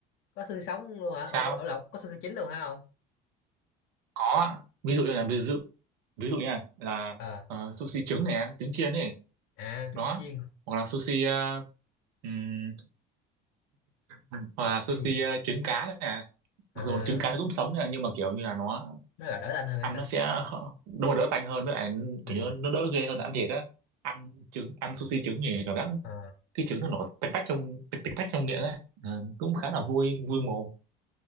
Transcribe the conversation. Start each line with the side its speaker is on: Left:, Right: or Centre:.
Left: có xương sống luôn hả ở,
Right: sao
Left: ở lộc có xương chín luôn hả không
Right: có ví dụ như là ví dụ ví dụ nha là
Left: ờ
Right: ờ, sushi trứng nè trứng chiên này
Left: à
Right: đó
Left: trứng chiên
Right: hoặc là sushi ờ, ừm, hoặc là
Left: xương
Right: sushi
Left: gì
Right: ờ, trứng cá này nè
Left: à
Right: mặc dù trứng cá nó cũng sống nha nhưng mà kiểu như là nó
Left: nó là đỡ tanh hơn hay
Right: ăn
Left: sao
Right: nó sẽ khó- đúng là đỡ tanh hơn với lại
Left: ừ
Right: kiểu như nó đỡ ghê hơn là ăn thịt á ăn trứng ăn sushi trứng thì cảm giác
Left: Ờ.
Right: cái trứng nó nổi tanh tách trong tanh tanh tách trong miệng ấy Ờ, cũng khá là vui vui mồm